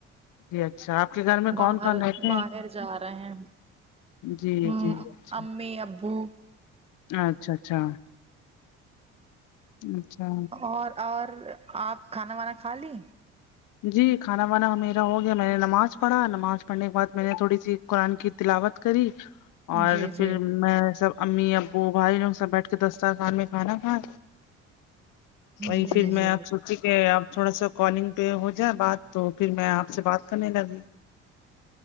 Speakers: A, on the left; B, on the right.
A: جی اچھا آپ کے گھر میں
B: باہر
A: کون کون رہتے
B: باہر
A: ہیں
B: جا رہے ہیں
A: جی
B: ہ
A: جی اچھا
B: امی ابو
A: اچھا اچھا اچھا
B: اور اور آپ کھانا وانا کھا لی
A: جی کھانا وانا میرا ہو گیا میں نے نماز پڑھا نماز پڑھنے کے بعد میں نے تھوڑی سی قرآن کی تلاوت کری
B: <inaudible>
A: اور پھر
B: جی
A: میں سب امی ابو بھائی لوگ سب بیٹھ کے دستارخان میں کھانا کھا وہی
B: جی
A: پھر میں
B: جی
A: آپ سوچی کہ آپ تھوڑا سا کالنگ پہ ہو جائے بات تو پھر میں آپ سے بات کرنے لگی